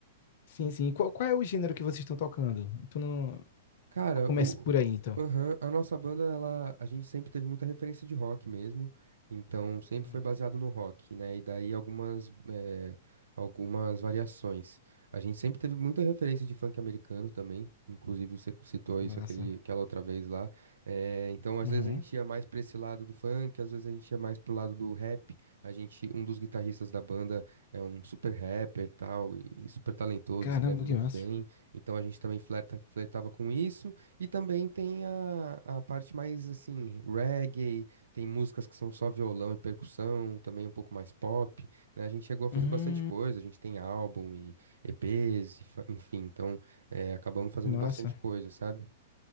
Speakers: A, on the left (about 50°); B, on the right (about 65°).
A: Sim, sim. Qual, qual é o gênero que vocês estão tocando? Tu não...
B: Cara,
A: Comece
B: o,
A: por aí, então.
B: aham, a nossa banda, ela, a gente sempre teve muita referência de rock mesmo, então sempre
A: Uhum.
B: foi baseado no rock, né? E daí algumas, eh, algumas variações. A gente sempre teve muita referência de funk americano também, inclusive você citou isso
A: Massa.
B: aquele, aquela outra vez lá. Eh, então, às
A: Uhum.
B: vezes a gente ia mais pra esse lado do funk, às vezes a gente ia mais pro lado do rap. A gente, um dos guitarristas da banda é um super rapper e tal, e e super talentoso,
A: Caramba,
B: escreve muito
A: que massa.
B: bem. Então a gente também flerta, flertava com isso. E também tem a, a parte mais assim, reggae, tem músicas que são só violão e percussão, também um pouco mais pop, né? A gente chegou a fazer
A: Uhum.
B: bastante coisa, a gente tem álbum e EPs, e fa- enfim, então é, acabamos fazendo
A: que Massa.
B: bastante coisa, sabe?